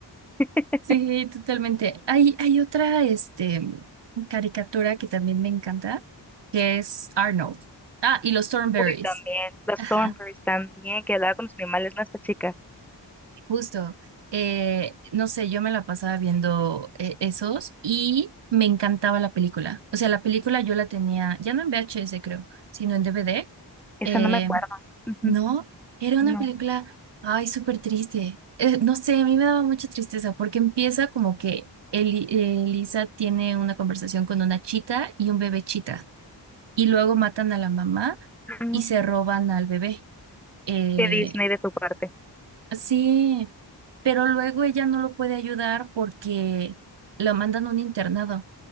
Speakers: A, in the centre; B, on the right.
A: <laughs>
B: Sí, totalmente. Hay, hay otra, este, caricatura que también me encanta, que es Arnold. Ah, y los Thornberrys.
A: Uy, también, los
B: Ajá.
A: Thornberrys también, que hablaba con los animales, ¿no? Esta chica.
B: Justo, eh, no sé, yo me la pasaba viendo eh, esos y me encantaba la película. O sea, la película yo la tenía, ya no en VHS creo, sino en DVD.
A: Esa
B: Eh,
A: no me acuerdo. Ujú,
B: no, era una
A: No.
B: película, ay, súper triste. Eh, no sé, a mí me daba mucha tristeza porque empieza como que Eli- eh, Elisa tiene una conversación con una chita y un bebé chita y luego matan a la mamá
A: Mm,
B: y se roban al bebé. eh,
A: Qué Disney de su parte.
B: Sí, pero luego ella no lo puede ayudar porque la mandan a un internado.